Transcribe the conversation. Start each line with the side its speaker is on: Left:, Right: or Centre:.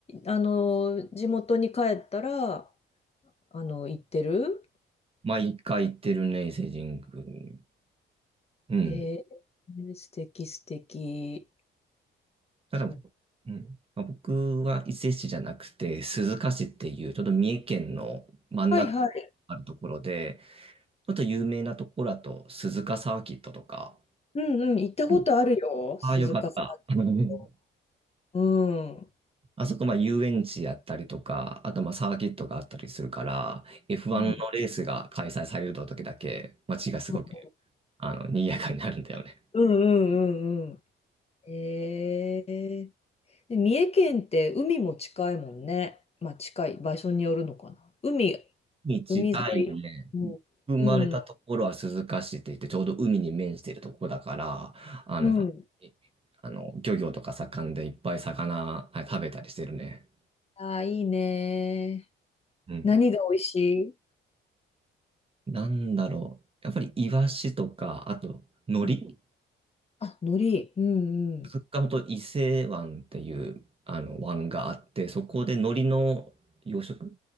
Left: あの、地元に帰ったら、あの、行ってる
Right: <laughs> 毎回行ってるね、伊勢神宮に。うん。
Left: えー、素敵素敵。
Right: ただ、
Left: そう。
Right: うん。まあ僕は伊勢市じゃなくて、鈴鹿市っていう、ちょっと三重県の真ん中
Left: はいはい。
Right: あるところで、あと有名なところだと、鈴鹿サーキットとか、
Left: うんうん。行ったことあるよ。
Right: うんああ、
Left: 鈴鹿さん
Right: よかった。<laughs> うん
Left: と。うん。うん
Right: あそこ、まあ、遊園地やったりとか、あと、まあ、サーキットがあったりするから、F1
Left: う
Right: のレースが開催される時だけ、街がすごく、
Left: ん
Right: あの、賑やかになるんだよね。
Left: うんうんうん。ええで、三重県って海も近いもんね。まあ近い場所によるのかな。海、
Right: に近いね。
Left: 海沿い。うん。
Right: 生まれたところは鈴鹿市って言って、
Left: うん。
Right: ちょうど海に面しているところだから、あの、
Left: うん。
Right: あの、漁業とか盛んでいっぱい魚、はい、食べたりしてるね。
Left: ああ、いいね。
Right: うん
Left: 何が美味しい
Right: なんだろう。やっぱりイワシとか、あと、海苔。
Left: うんあ、海苔。うんうん。
Right: カッカンと伊勢湾っていう、あの、湾があって、そこで海苔の養殖